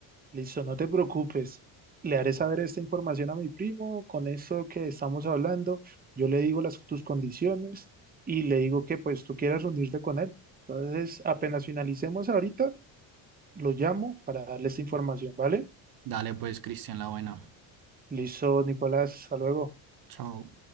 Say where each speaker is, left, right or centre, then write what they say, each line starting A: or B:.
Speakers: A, on the right; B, on the right.
A: Listo, no te preocupes. Le haré saber esta información a mi primo, con eso que estamos hablando, yo le digo las, tus condiciones y le digo que pues tú quieres reunirte con él. Entonces, apenas finalicemos ahorita, lo llamo para darle esta información, ¿vale?
B: Dale pues, Cristian, la buena.
A: Listo, Nicolás, hasta luego.
B: Chao.